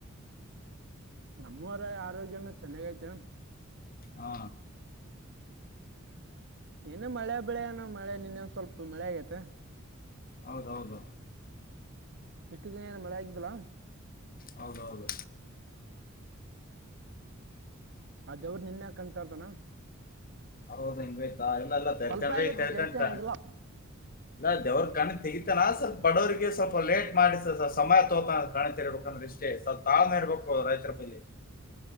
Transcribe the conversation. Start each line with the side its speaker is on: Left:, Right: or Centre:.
Right: ನಮ್ಮವರ ಆರೋಗ್ಯನ ಚೆನ್ನಾಗಐತೆ
Left: ಹಾ
Right: ಏನು ಮಳೆ ಬೆಳೆ ಏನೋ ಮಳೆ ನಿನ್ನೆ ಒಂದ ಸ್ವಲ್ಪ ಮಳೆ ಆಗೈತೆ
Left: ಹೌದೌದು
Right: ಇಷ್ಟು ದಿನ ಏನು ಮಳೆ ಆಗ್ದಲಾ
Left: ಹೌದ ಹೌದು
Right: ಅದವರು ನಿನ್ೆ ಕಂಂತಾರ್ದನ
Left: ಹೌದ ಹಿಂಗಯ್ತಾ ಇಲ್ಲಲ್ಲ ತರ್ತನ್
Right: ಸ್ವಲ್ಪ ಆಗೈತೆ
Left: ತರ್ತಂತ
Right: ಜಾಸ್ತಿ ಏನಾಗಿಲ್ಲ
Left: ಇಲ್ಲ ದೇವ್ರರು ಕಣಿತ್ ತಗಿತಾನ ಸ್ವಲ್ಪ ಬಡವರಿಗೆ ಸ್ವಲ್ಪ ಲೇಟ್ ಮಾಡಿಸ ಸಮಯ ತೋತ ಕಣ ಇಂದ್ರ ಇಷ್ಟೇ ಸ ತಾಳ್ಮೆ ಇರ್ಬೇಕು ರೈತರ ಬಲ್ಲಿ